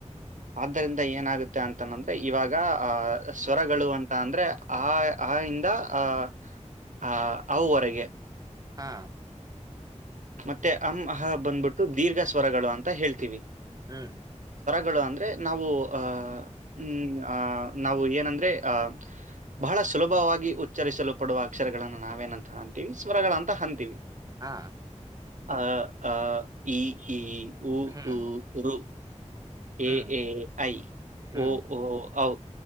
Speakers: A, on the right; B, on the right.
A: ಆದ್ದರಿಂದ ಏನಾಗುತ್ತೆ ಅಂತನಂದ್ರೆ ಇವಾಗ ಆಹ ಸ್ವರಗಳು ಅಂತ ಅಂದ್ರೆ ಆ ಆ ಇಿಂದ ಆ ಆ ಅವರೆಗೆ
B: ಹಾ
A: ಮತ್ತೆ ಮ ಅಮ್ ಅಹ ಬಂದ್ಬಿಟ್ಟು ದೀರ್ಘ ಸ್ವರಗಳು ಅಂತ ಹೇಳ್ತೀವಿ
B: ಹ್ಮ್
A: ಗಳು ಅಂದ್ರೆ ನಾವು ಆ ಹ್ಮ್ ಆ ನಾವು ಏನಂದ್ರೆ ಆಹ ಬಹಳ ಸುಲಭವಾಗಿ ಉಚ್ಚರಿಸಲು ಪಡುವ ಅಕ್ಷರಗಳನ್ನು ನಾವೇನಂತ ಕಾಣಂತೀವಿ ರಗಳಂತ ಅಂತೀವಿ
B: ಹಾ
A: ಹ ಆ ಈ ಇ ಉಊ
B: ಹ್ಮ್
A: ಊ ಋ
B: ಹ್ಮ್
A: ಎ ಎ ಐ
B: ಹ್ಮ್
A: ಓ ಓ ಔ